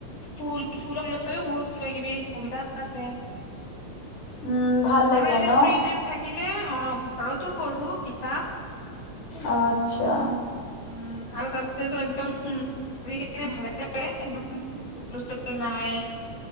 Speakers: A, on the left (about 70°); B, on the left (about 85°).
A: ফুল, ফুলক লৈও বহুত কিবা কিবি কবিতা আছে।
B: উম ভাল লাগে
A: আৰু এনে
B: ন
A: ফ্ৰি টাইম থাক থাকিলে, অ' ঘৰতো পঢ়ো কিতাপ।
B: অ' আচ্ছা।
A: উম আৰু তাতেতো একদম <unintelligible> <unintelligible> নাই